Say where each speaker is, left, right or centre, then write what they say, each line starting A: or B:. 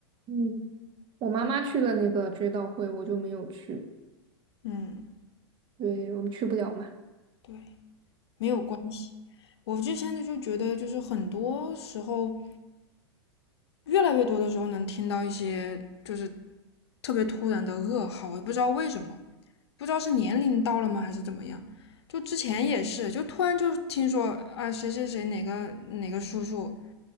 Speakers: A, on the right; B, on the left.
A: 嗯，我妈妈去了那个追悼会，我就没有去，
B: 嗯，
A: 对，我们去不了嘛。
B: 对，没有关系。我就现在就觉得，就是很多时候，越来越多的时候能听到一些就是特别突然的噩耗，我也不知道为什么。不知道是年龄到了吗，还是怎么样。就之前也是，就突然就听说啊，谁谁谁哪个哪个叔叔